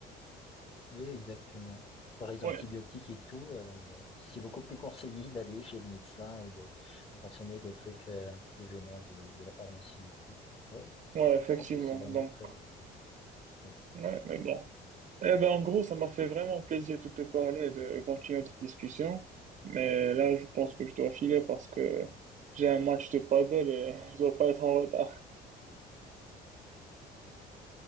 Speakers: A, on the left; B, on the right.
A: Oui, exactement. Pour les
B: Ouais,
A: antibiotiques et tout, euh, c'est beaucoup plus conseillé <laughs> d'aller chez le médecin ou de, de consommer des trucs euh, un peu venant de, de la pharmacie et tout. Oui,
B: ouais, effectivement.
A: je pense que c'est vraiment
B: Donc,
A: très... oui.
B: ouais, mais bon. Eh ben, en gros, ça m'a fait vraiment plaisir de te parler et de continuer notre discussion. Mais là, je pense que je dois filer parce que j'ai un match de paddle et <laughs> je dois pas être en retard.